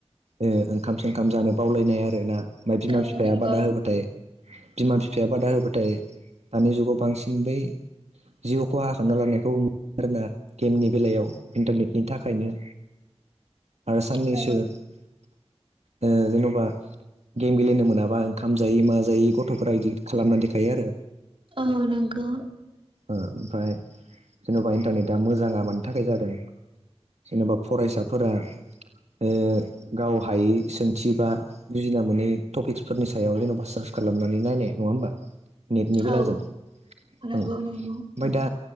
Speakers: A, on the right; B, on the right.
A: ओ ओंखाम सोंखाम जानो बावलायनाय आरो ना ओमफ्राय बिमा
B: औ
A: बिफाया
B: नंगौ
A: बादा होबाथाय बिमा बिफाया बादा होबाथाय दानि जुगाव बांसिन बै जिउ खहा खालामना लानायखौ आरोना गेमनि बेलायाव इन्टारनेटनि थाखायनो आरो साननैसो
B: औ
A: ओ जेन'बा गेम गेलेनो मोनाबा ओंखाम जायै मा जायै गथ'फोरा इदि खालामना देखायो आरो ।
B: औ नोंगौ।
A: ओ ओमफ्राय जेन'बा इन्टारनेट आ मोजाङा मानि थाखाय जादों जेन'बा फरायसाफोरा ओ गाव हायि सोंथि बा बुजिना मोनै टपिक्सफोरनि सायाव जेन'बा सार्स खालामनानै नायनाय नङा होमबा। नेटनि बेलाजों
B: औ
A: औ
B: नंगौ
A: ओमफ्राय
B: नंगौ
A: दा